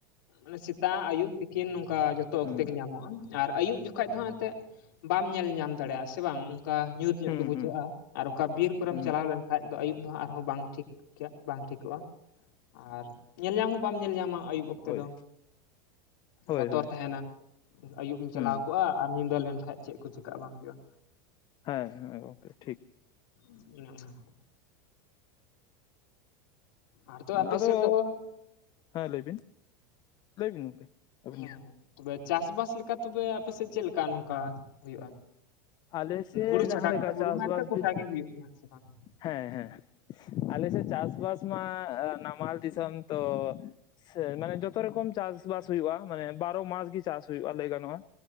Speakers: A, on the left (about 75°); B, on the left (about 40°).
A: ᱢᱟᱱᱮ ᱥᱮᱛᱟᱜ ᱟᱹᱭᱩᱵ ᱛᱤᱠᱤᱱ ᱱᱚᱝᱠᱟ ᱡᱚᱛᱚ
B: ᱦᱩᱸ
A: ᱚᱠᱛᱮ ᱜᱮ ᱧᱟᱢᱚᱜᱼᱟ᱾ ᱟᱨ ᱟᱹᱭᱩᱵ ᱡᱚᱠᱷᱟᱡ ᱫᱚ ᱮᱱᱛᱮᱫ ᱵᱟᱢ ᱧᱮᱞ ᱧᱟᱢ ᱫᱟᱲᱮᱭᱟᱜᱼᱟ ᱥᱮ ᱵᱟᱝ ᱚᱱᱠᱟ ᱧᱩᱛ᱾ ᱧᱚᱜ
B: ᱦᱩᱸ
A: ᱜᱮ ᱵᱩᱡᱷᱟᱹᱜᱼᱟ
B: ᱦᱩᱸ
A: ᱟᱨ ᱚᱠᱟ ᱵᱤᱨ ᱠᱚᱨᱮᱢ
B: ᱦᱩᱸ
A: ᱪᱟᱞᱟᱣ ᱞᱮᱱᱠᱷᱟᱱ ᱫᱚ ᱟᱹᱭᱩᱵ ᱫᱚ ᱦᱟᱜ ᱟᱨᱦᱚᱸ ᱵᱟᱝ ᱴᱷᱤᱠ ᱵᱟᱝ ᱴᱷᱤᱠᱚᱜᱼᱟ᱾ ᱟᱨ ᱧᱮᱞ ᱧᱟᱢ ᱦᱚᱸ ᱵᱟᱢ ᱧᱮᱞ ᱧᱟᱢᱟ ᱟᱹᱭᱩᱵ ᱚᱠᱛᱮ
B: ᱦᱳᱭ
A: ᱫᱚ
B: ᱦᱳᱭ
A: ᱵᱚᱛᱚᱨ
B: ᱦᱳᱭ
A: ᱛᱟᱦᱮᱱᱟ᱾ ᱟᱹᱭᱩᱵ ᱤᱧ ᱪᱟᱞᱟᱣ
B: ᱦᱩᱸ
A: ᱠᱚᱜᱼᱟ ᱟᱨ ᱧᱤᱫᱟᱹ ᱞᱮᱱᱠᱟᱡ ᱪᱮᱫ ᱠᱚ ᱪᱤᱠᱟᱹ ᱵᱟᱝ ᱦᱩᱭᱩᱜᱼᱟ᱾
B: ᱦᱮᱸ ᱦᱮᱸ ᱜᱚᱝᱠᱮ ᱴᱷᱤᱠ᱾
A: <unintelligible> ᱟᱨ ᱛᱚ ᱟᱯᱮ
B: ᱟᱫᱚ
A: ᱥᱮᱫ ᱫᱚ
B: ᱦᱮᱸ ᱞᱟᱹᱭ ᱵᱤᱱ ᱞᱟᱹᱭ ᱵᱤᱱ ᱜᱚᱝᱠᱮ
A: ᱢᱮ
B: ᱟᱵᱤᱱ
A: ᱦᱮᱸ
B: ᱜᱮ᱾
A: ᱛᱚᱵᱮ ᱪᱟᱥᱵᱟᱥ ᱞᱮᱠᱟ ᱛᱚᱵᱮ ᱟᱯᱮᱥᱮᱫ ᱪᱮᱫᱞᱮᱠᱟ ᱱᱚᱝᱠᱟ ᱦᱩᱭᱩᱜᱼᱟ᱾
B: ᱟᱞᱮ ᱥᱮᱫ
A: ᱦᱩᱲᱩ
B: ᱡᱟᱦᱟᱸ
A: ᱪᱷᱟᱰᱟ
B: ᱞᱮᱠᱟ
A: ᱠᱟᱛᱮᱫ
B: ᱪᱟᱥᱵᱟᱥ
A: ᱦᱩᱲᱩ ᱢᱟ ᱮᱱᱛᱮ ᱜᱚᱴᱟ
B: ᱵᱤᱱ
A: ᱜᱮ ᱦᱩᱭᱩᱜ ᱠᱟᱱᱟ ᱦᱮ ᱥᱮ ᱵᱟᱝ?
B: ᱦᱮᱸ ᱦᱮᱸ ᱟᱞᱮ ᱥᱮᱫ ᱪᱟᱥᱵᱟᱥ ᱢᱟ ᱱᱟᱢᱟᱞ ᱫᱤᱥᱚᱢ ᱛᱚ ᱥᱮ ᱱᱟᱭ ᱡᱚᱛᱚ ᱨᱚᱠᱚᱢ ᱪᱟᱥᱵᱟᱥ ᱦᱩᱭᱩᱜᱼᱟ ᱢᱟᱱᱮ ᱵᱟᱨᱚ ᱢᱟᱥ ᱜᱮ ᱪᱟᱥ ᱦᱩᱭᱩᱜᱼᱟ ᱞᱟᱹᱭ ᱜᱟᱱᱚᱜᱼᱟ᱾